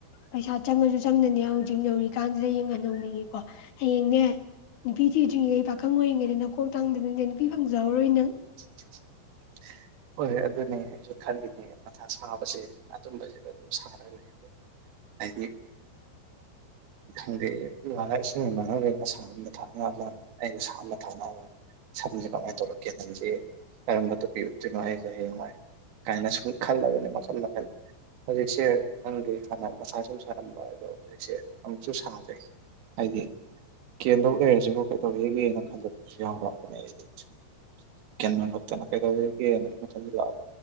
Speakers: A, on the left; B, on the right.
A: ꯄꯩꯁꯥ ꯆꯪꯉꯁꯨ ꯆꯪꯅꯅꯦ ꯍꯧꯖꯤꯛ ꯅꯧꯔꯤꯀꯥꯟꯁꯤꯗ ꯌꯦꯡ ꯍꯟ ꯅꯧꯅꯤꯡꯉꯤꯀꯣ ꯍꯌꯦꯡꯅꯦ ꯅꯨꯄꯤ ꯊꯤꯗ꯭ꯔꯤꯉꯩ ꯄꯥꯈꯪ ꯑꯣꯏꯔꯤꯉꯩꯗ ꯅꯈꯣꯛ ꯇꯥꯡꯗꯅꯠꯇ ꯅꯨꯄꯤ ꯐꯪꯖꯍꯧꯔꯣꯏ ꯅꯪ
B: <unintelligible> ꯍꯣꯏꯣꯏ ꯑꯗꯨꯅꯦ ꯑꯩꯁꯨ ꯈꯜꯂꯤꯅꯦ ꯃꯊꯥ ꯁꯥꯕꯁꯦ ꯑꯗꯨꯝꯕꯁꯤꯗ ꯑꯗꯨꯝ ꯁꯥꯔꯒ ꯂꯩꯕ ꯍꯥꯏꯗꯤ ꯈꯪꯗꯦ ꯃꯅ ꯏꯁꯤꯡ ꯃꯥꯡꯍꯜꯂ‌ꯦ ꯁꯥꯕ ꯃꯊꯅꯥ ꯑꯃꯥ ꯑꯩꯅꯥ ꯁꯥꯕ ꯃꯥꯊꯥꯅ ꯑꯃ ꯁꯝꯁꯦ ꯀꯃꯥꯏꯅ ꯇꯧꯕ ꯀꯦꯜꯁꯦ ꯀꯔꯝꯕ ꯇꯨꯞꯄꯤ ꯀꯩꯅꯣ ꯑꯩꯁꯦ ꯍꯌꯦꯡꯋꯥꯏ ꯀꯥꯏꯅ ꯁꯨꯝ ꯈꯜꯂꯕꯅꯦ ꯃꯈꯜ ꯃꯈꯜ ꯍꯧꯖꯤꯛꯁꯦ ꯈꯪꯒꯤꯦ ꯍꯥꯟꯅ ꯃꯁꯥ ꯁꯨꯝ ꯁꯥꯔꯝꯕ ꯑꯗꯣ ꯍꯧꯖꯤꯛꯁꯦ ꯑꯃꯨꯛꯁꯨ ꯁꯥꯗꯔꯦ ꯍꯥꯏꯗꯤ ꯀꯦꯟꯗꯧ ꯂꯩꯔꯁꯤꯕꯨ ꯀꯩꯗꯧꯔꯤꯒꯦꯅ ꯈꯟꯗꯣꯛꯄꯁꯨ ꯌꯥꯎꯔꯛꯑꯕꯅꯦ ꯑꯩꯗꯤ ꯁꯨꯝ ꯀꯦꯟ ꯃꯟ ꯂꯛꯇꯅ ꯀꯩꯗꯧꯔ ꯒꯦꯅ ꯃꯊꯟꯁꯨ ꯂꯥꯛꯑꯣ